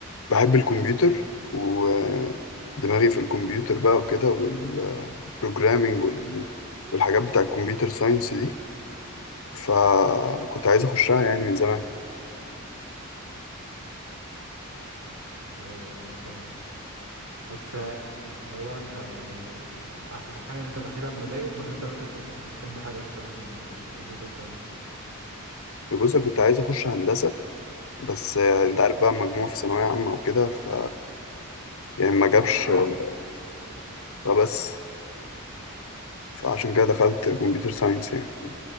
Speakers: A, on the left; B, on the right.
A: بحب الكمبيوتر ودماغي في الكمبيوتر بقى وكده والبروجرامينج وال... programming وال- والحاجات بتاع الكمبيوتر ساينس دي فكنت عايز أخشها يعني من زمان
B: ايوه ايوه فاهم بس اللي هو انت يعني ح- حاجه انت داخلها بمزاجك ولا انت مثلا كنت بتحب حاجه اكتر من الكمبيوتر ساينس
A: بص أنا كنت عايز اخش هندسه بس آه،
B: مم.
A: انت عارف بقى المجموع في ثانويه عامه وكده ف يعني ما جابش آه، فبس فعشان كده دخلت كمبيوتر ساينس يعني